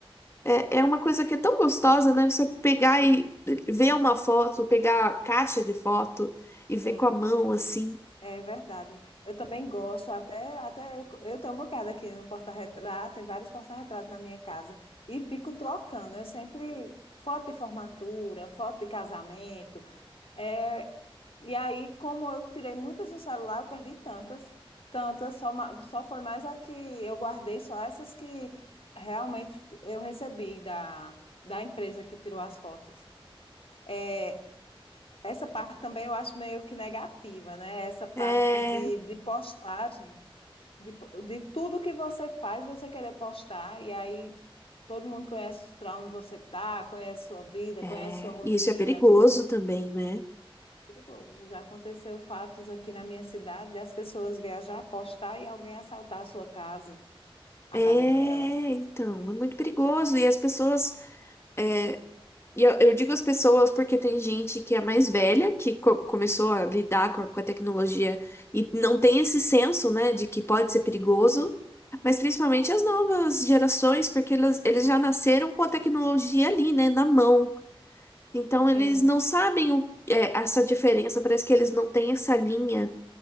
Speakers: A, on the left; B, on the left.
A: é, é uma coisa que é tão gostosa, né? Você pegar e ver uma foto, pegar a caixa de foto e ver
B: Sim,
A: com a mão assim.
B: é verdade. Eu também gosto, até, até eu, eu tenho um bocado aqui no porta-retrato, em vários porta-retratos na minha casa, e fico trocando. Eu sempre, foto de formatura, foto de casamento. É, e aí, como eu tirei muitas no celular, eu perdi tantas, tantas, só, ma- só foi mais a que eu guardei, só essas que realmente eu recebi da, da empresa que tirou as fotos. É, essa parte também eu acho meio que negativa, né? Essa parte
A: É,
B: de, de postagem, de, po- de tudo que você faz, você querer postar, e aí todo mundo conhece para onde você tá, conhece sua vida,
A: é,
B: conhece sua rotina.
A: e isso é perigoso
B: Isso é
A: também, né?
B: Perigoso. Já aconteceu fatos aqui na minha cidade das pessoas viajar, postar e alguém assaltar a sua casa, a
A: É,
B: casa delas.
A: então, é muito perigoso. E as pessoas, é, E eu, eu digo as pessoas porque tem gente que é mais velha, que co- começou a lidar com a, com a tecnologia e não tem esse senso, né, de que pode ser perigoso, mas principalmente as novas gerações, porque elas, eles já nasceram com a tecnologia ali, né, na mão. Então eles
B: Sim,
A: não sabem o, é, essa diferença, parece que eles não têm essa linha